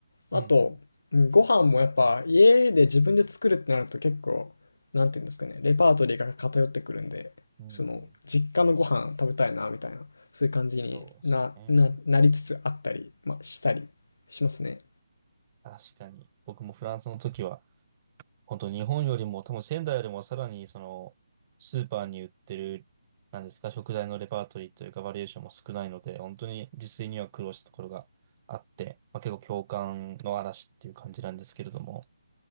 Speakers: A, on the left (about 70°); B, on the right (about 20°).
A: あと、
B: うん。
A: うんご飯もやっぱ家で自分で作るってなると結構、なんていうんですかね、レパートリーが偏ってくるんで、
B: うんうん。
A: その実家のご飯食べたいなみたいな、そういう感じにな、
B: そうですね。
A: な、なりつつあったり、まあ、したりしますね。
B: 確かに。僕もフランスの時は、本当日本よりも多分仙台よりもさらにそのスーパーに売ってるなんですか食材のレパートリーというかバリエーションも少ないので本当に自炊には苦労したところがあって、まあ、結構共感の嵐っていう感じなんですけれども